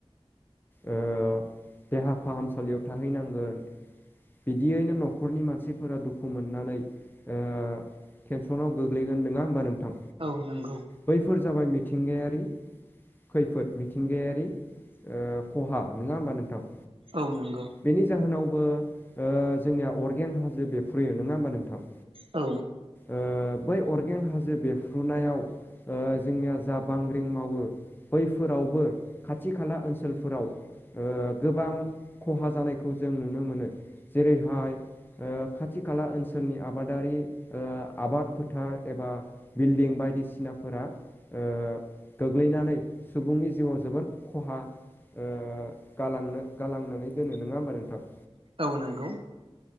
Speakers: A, on the left; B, on the right.
A: ओ देहा फाहामसालियाव थाहैनांगोन। बिदियैनो न'खरनि मानसिफोरा दुखु मोननानै ओ टेनसनाव गोग्लैगोन नङा होमबा नोंथां?
B: औ नंगौ।
A: बैफोर जाबाय मिथिंगायारि खैफोद मिथिंगायारि बि ओ खहा नङा ओमबा नोंथां?
B: औ नंगौ।
A: बेनि जाहोनावबो ओ जोंनिया अरगें हाजो बेरफ्रोयो नङा ओमबा नोंथां?
B: औ
A: ओ बै अरगें हाजो बेरफ्रुनायाव ओ जोंनिया जा बांग्रिं मावो बैफोरावबो खाथि खाला ओनसोलफोराव ओ गोबां खहा जानायखौ जों नुनो मोनो। जेरैहाय ओ खाथि खाला ओनसोलनि आबादारि ओ आबाद फोथार एबा बिल्डिं बायदिसिनाफोरा ओ गोग्लैनानै सुबुंनि जिउआव जोबोद खहा ओ गालांनो गालांनानै दोनो नङा होमबा नोंथां?
B: औ नंगौ